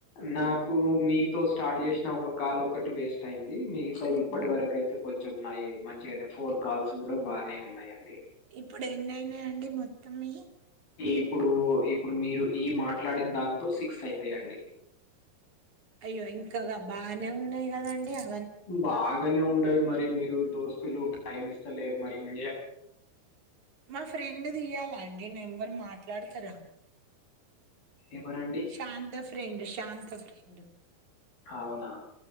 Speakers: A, on the left; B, on the right.
A: నాకు మీతో స్టార్ట్ చేసిన ఒక కాల్ ఒకటి వేస్ట్ అయింది మీ కై ఇప్పటి
B: హ్మ్.
A: వరకయితే కొంచెంనయి మంచిగానే ఫోర్ కాల్స్ కూడా బాగానే ఉన్నాయండి
B: ఇప్పుడు ఎన్నయినాయి అండి మొ తం మి యి
A: ఇప్పుడు ఇప్పుడు మీరు ఈ మాట్లాడిన దాంతో సిక్స్ అయితాయండి
B: అయ్యో ఇంకా బాగనే ఉన్నాయి కదండి అ
A: బాగానే ఉండయి మరి మీరు దోస్ స్తులు టైమ్ ఇస్తలేరు మరి ఇం
B: మా ఫ్రెండ్ దియాల అండి నెంబరు మాట్లాడతరా
A: ఎవరండి?
B: శాంత ఫ్రెండ్ శాంత ఫ్రెండ్
A: అవునా